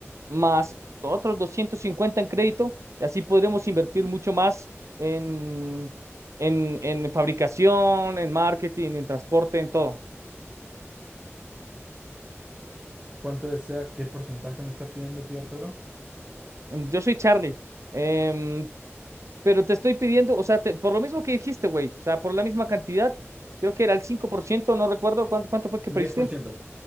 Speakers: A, on the right (about 85°); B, on the right (about 20°).
A: más otros 250 en crédito, y así podremos invertir mucho más en, en, en fabricación, en marketing, en transporte, en todo.
B: ¿Cuánto desea? ¿Qué porcentaje me está pidiendo, tío Arturo?
A: Yo soy Charlie, em, pero te estoy pidiendo, o sea, te- por lo mismo que dijiste, güey, o sea, por la misma cantidad, creo que era el cinco por ciento no recuerdo cuánto, cuánto fue que pediste,
B: Diez por ciento.